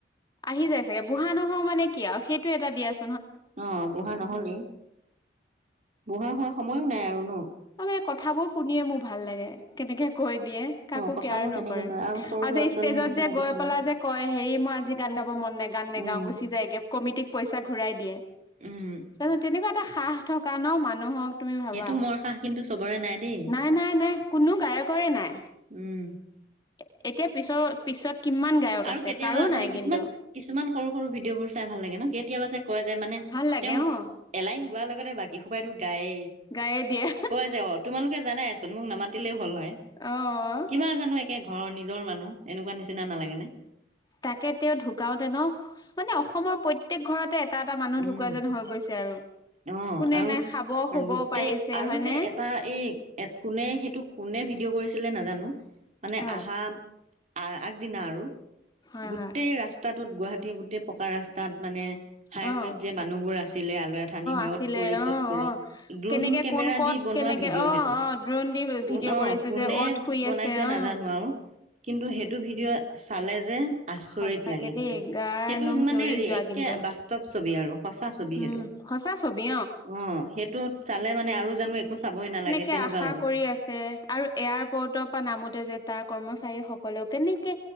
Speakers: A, on the left; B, on the right.
A: আহি যায় চাগে, বুঢ়া নহওঁ মানে কি আৰু সেইটো এটা দিয়াচ
B: অ বুঢ়া নহ'লেই, বুঢ়া হোৱা সময়ো নাই আৰু ন?
A: আ মানে কথাবোৰ শুনিয়ে মোৰ ভাল লাগে কেনেকে কৈ দিয়ে। কাকো
B: অ কথাবোৰ
A: কেয়াৰ নকৰে
B: কেনেকে কয় সৰু
A: আৰু
B: ল'ৰা
A: যে
B: ছোৱালীৰ
A: ষ্টেজত
B: নিচিনা
A: যে গৈ
B: কিছুমান
A: পেলাই যে কয় হেৰি মই আজি গান গাব মন নাই, গান নেগাও,
B: উম।
A: গুচি যায় গে কমিটিক পইচা ঘূৰাই দিয়ে।
B: উম।
A: তাৰপিছত তেনেকুৱা এটা সাহ থকা ন মানুহক তুমি ভাবা
B: সেইটো মৰ সাহ কিন্তু চবৰে নাই দেই
A: নাই নাই নাই কোনো গায়কৰে নাই।
B: উম।
A: এ এতিয়া পিছত পিছত কিমান গায়ক
B: আৰু
A: আছে
B: কেতিয়াবা
A: কাৰো
B: মানে
A: নাই কিন্তু
B: কিছুমান কিছুমান সৰু সৰু ভিডিঅ'বোৰ চাই ভাল লাগে ন, কেতিয়াবা যে কয় যে মানে
A: ভাল লাগে
B: তেওঁ
A: অঁ।
B: এলাইন গোৱাৰ লগতে বাকীসোপাই তো গায়েই।
A: গায়ে দিয়া।
B: কয় যে অ তোমালোকে জানাইচোন মোক নামাতিলেই হ'ল হয়।
A: অ'।
B: কিবা জানো একে ঘৰৰ নিজৰ মানুহ, এনেকুৱা নিচিনা নালাগেনে?
A: তাকে তেওঁ ঢুকাওতে ন মানে অসমৰ প্ৰত্যেক ঘৰতে টা এটা মানুহ
B: উম।
A: ঢুকুৱা যেন হৈ গৈছে আৰু।
B: অ
A: কোনে
B: আৰু
A: নাই খাব শুব
B: আৰু গোটেই
A: পাৰিছে
B: আৰু
A: হয়নে?
B: যে এটা এই এত কোনে সেইটো কোনে ভিডিঅ' কৰিছিলে নাজানো, মানে
A: হয়,
B: আহা আ আগদিনা আৰু,
A: হয়,
B: গোটেই
A: হয়,
B: ৰাস্তাটোত গুৱাহাটীৰ গোটেই পকা ৰাস্তাত মানে হাইৱেত
A: অ',
B: যে মানুহবোৰ আছিলে আলয় অঠানি হৈ
A: আছিলে
B: 'অ ত পৰি ত'ত
A: অ',
B: পৰি,
A: অ'।
B: ড্ৰোন
A: কেনেকে
B: কেমেৰা
A: কোন ক'ত
B: দি বনোৱা
A: কেনেকে
B: ভিডিঅ'
A: অ',
B: সেইটো।
A: অ', দ্ৰোণ দি
B: কোন
A: ভিডিঅ'
B: অ
A: কৰিছিল
B: কোনে
A: যে অত শুই
B: বনাইছে
A: আছে অ'।
B: নাজানো আৰু কিন্তু সেইটো ভিডিঅ' চালে যে আচৰিত
A: সঁচাকে
B: লাগে কিন্তু
A: দেই গাৰ
B: সেইটো
A: নোম
B: মানে
A: শিয়ৰি যোৱা
B: একে
A: কিন্তু
B: বাস্তৱ ছবি আৰু। সঁচা ছবি
A: উম,
B: সেইটো।
A: সঁচা ছবি
B: অ সেইটোত চালে মানে আৰু জানো একো চাবই নালাগে
A: কে
B: তেনেকুৱা
A: আশা
B: লাগে।
A: কৰি আছে আৰু এয়াৰপৰ্টৰপৰা নামোতে যে তাৰ কৰ্মচাৰীস ক'লেও কেনেকে